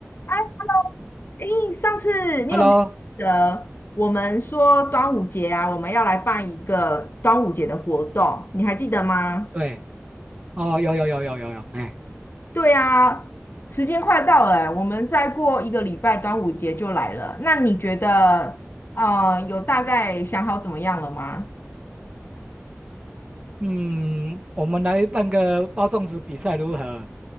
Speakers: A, on the left; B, on the right.
A: 哎诶，上次你有没有记得我们说端午节啊，
B: Hello，
A: 我们要来办一个端午节的活动，你还记得吗？
B: 对，哦，有有有有有有，哎，
A: 对啊，时间快到了欸我们再过一个礼拜端午节就来了。那你觉得，呃，有大概想好怎么样了吗？
B: 嗯，我们来办个包粽子比赛如何？